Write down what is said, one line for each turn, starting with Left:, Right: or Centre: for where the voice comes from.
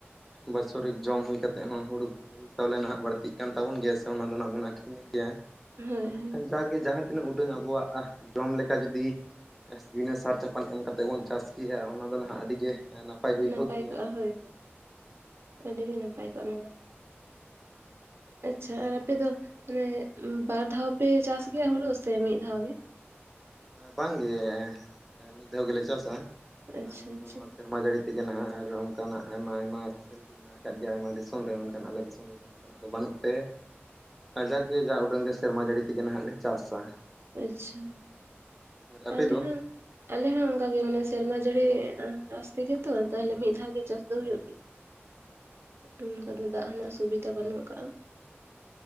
Centre: ᱵᱟᱪᱷᱚᱨᱤᱠ ᱡᱚᱢ ᱦᱩᱭ ᱠᱟᱛᱮᱫ ᱦᱚᱸ ᱦᱩᱲᱩ ᱦᱩᱲᱩ ᱪᱟᱣᱞᱮ ᱱᱟᱦᱟᱜ ᱵᱟᱹᱲᱛᱤᱜ ᱠᱟᱱ ᱛᱟᱵᱚᱱ ᱜᱮᱭᱟ ᱥᱮ ᱚᱱᱟ ᱫᱚ ᱱᱟᱦᱟᱜ ᱵᱚᱱ ᱟᱹᱠᱷᱨᱤᱧ ᱮᱫ ᱜᱮᱭᱟ᱾
Right: ᱦᱳᱭ
Centre: ᱢᱮᱱᱠᱷᱟᱱ
Right: ᱦᱳᱭ
Centre: ᱡᱟᱜᱮ ᱡᱟᱦᱟᱸ ᱛᱤᱱᱟᱹᱜ ᱩᱰᱟᱹᱝ ᱟᱵᱚᱣᱟᱜ ᱡᱚᱢ ᱞᱮᱠᱟ ᱡᱩᱫᱤ ᱵᱤᱱᱟᱹ ᱥᱟᱨ ᱪᱟᱯᱟᱱ ᱮᱢ ᱠᱟᱛᱮᱫ ᱵᱚᱱ ᱪᱟᱥ ᱠᱮᱭᱟ ᱚᱱᱟ ᱫᱚ ᱱᱟᱦᱟᱜ ᱟᱹᱰᱤᱜᱮ ᱱᱟᱯᱟᱭ ᱦᱩᱭ
Right: ᱱᱟᱯᱟᱭ
Centre: ᱠᱚᱜ ᱠᱮᱭᱟ
Right: ᱠᱚᱜ-ᱟ ᱦᱳᱭ ᱦᱳᱭ
Centre: ᱦᱮᱸ
Right: ᱟᱹᱰᱤ ᱜᱮ ᱱᱟᱯᱟᱭ ᱠᱚᱜ-ᱟ ᱚᱱᱟ ᱫᱚ᱾ ᱟᱪᱪᱷᱟ ᱟᱨ
Centre: ᱦᱮᱸ
Right: ᱟᱯᱮ
Centre: ᱟᱫᱚ
Right: ᱫᱚ ᱢᱟᱱᱮ ᱵᱟᱨ ᱫᱷᱟᱣ ᱯᱮ ᱪᱟᱥ ᱜᱮᱭᱟ ᱦᱩᱲᱩ ᱥᱮ ᱢᱤᱫ ᱫᱷᱟᱣ ᱜᱮ?
Centre: ᱵᱟᱝᱜᱮ ᱢᱤᱫ ᱫᱷᱟᱣ ᱜᱮᱞᱮ ᱪᱟᱥᱟ
Right: ᱟᱪᱪᱷᱟ
Centre: ᱢᱮᱱᱫᱚ
Right: ᱟᱪᱪᱷᱟ
Centre: ᱱᱚᱣᱟ ᱥᱮᱨᱢᱟ ᱡᱟᱹᱲᱤ ᱛᱮᱜᱮ ᱱᱟᱦᱟᱜ ᱟᱨ ᱚᱱᱠᱟᱱᱟᱜ ᱟᱭᱢᱟ ᱟᱭᱢᱟ ᱯᱷᱮᱥᱮᱞᱤᱴᱤ ᱢᱮᱱᱟᱜ ᱟᱠᱟᱫ ᱜᱮᱭᱟ ᱟᱭᱢᱟ ᱫᱤᱥᱚᱢ ᱨᱮ ᱢᱮᱱᱠᱷᱟᱱ ᱟᱞᱮ ᱫᱤᱥᱚᱢ ᱨᱮᱫᱚ ᱚᱱᱠᱟᱱᱟᱜ ᱫᱚ ᱵᱟᱹᱱᱩᱜ ᱛᱮ ᱠᱟᱡᱟᱜ ᱜᱮ ᱡᱟ ᱩᱰᱟᱹᱝ ᱜᱮ ᱥᱮᱨᱢᱟ ᱡᱟᱹᱲᱤ ᱛᱮᱜᱮ ᱱᱟᱦᱟᱜ ᱞᱮ ᱪᱟᱥᱟ᱾
Right: ᱟᱪᱪᱷᱟ
Centre: ᱟᱨ ᱟᱯᱮ
Right: ᱟᱞᱮ
Centre: ᱫᱚ
Right: ᱦᱚᱸ᱾ ᱟᱞᱮ ᱦᱚᱸ ᱚᱱᱠᱟᱜᱮ ᱢᱟᱱᱮ ᱥᱮᱨᱢᱟ ᱡᱟᱹᱲᱤ ᱟᱸᱥᱛᱮᱜᱮ ᱛᱚ ᱛᱟᱦᱞᱮ ᱢᱤᱫ ᱫᱷᱟᱣ ᱜᱮ ᱪᱟᱥ ᱫᱚ ᱦᱩᱭᱩᱜ ᱜᱮᱭᱟ᱾ ᱚᱱᱠᱟ
Centre: ᱟᱪᱪᱷᱟ
Right: ᱫᱚ ᱫᱟᱜ ᱨᱮᱱᱟᱜ
Centre: ᱟᱪᱪᱷᱟ
Right: ᱥᱩᱵᱤᱫᱷᱟ ᱵᱟᱹᱱᱩᱜ ᱠᱟᱜ-ᱟ᱾